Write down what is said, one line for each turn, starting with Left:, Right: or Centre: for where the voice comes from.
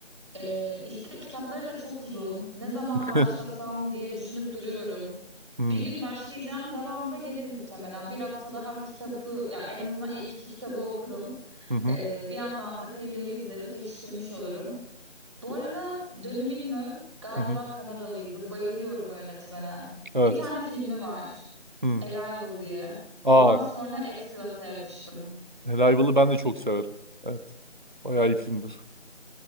Centre: Ee, istek kitapları da çok uzun. Ne zaman
Right: hı.
Centre: başlasam diye düşünüp duruyorum.
Right: Hmm.
Centre: Bir gün başlayacağım, devamı da gelir muhtemelen. Bir haftada hem kitabı, ya en azından ilk iki kitabı okurum.
Right: Hı hı.
Centre: Ee, bir yandan da filmleri izlerim, pekiştirmiş olurum. Bu arada Denis Villeneuve galiba
Right: Hı hı.
Centre: Kanadalıydı. Bayılıyorum o yönetmene.
Right: Evet.
Centre: Bir tane filmi var,
Right: Hmm.
Centre: Arrival diye.
Right: Aa,
Centre: Ondan sonra ekstra sevmiştim.
Right: Arrival'ı ben de çok severim. Evet. Bayağı iyi filmdir.